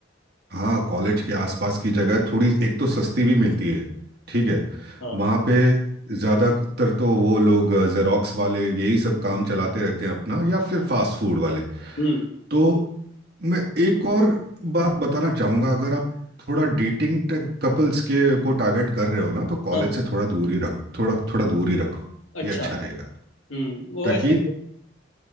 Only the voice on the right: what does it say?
हाँ कॉलेज के आसपास की जगह थोड़ी एक तो सस्ती भी मिलती है ठीक है
वहाँ पे ज़्यादातर तो वो लोग जेरोक्स वाले यही सब काम चलाते रहते हैं अपना या फिर फास्ट फूड वाले
तो मैं एक और बात बताना चाहूँगा अगर आप थोड़ा डेटिंग कपल्स के को टारगेट कर रहे हो ना तो कॉलेज
से थोड़ा दूर ही रख थोड़ा थोड़ा दूर ही रखो
ये अच्छा रहेगा
ताकि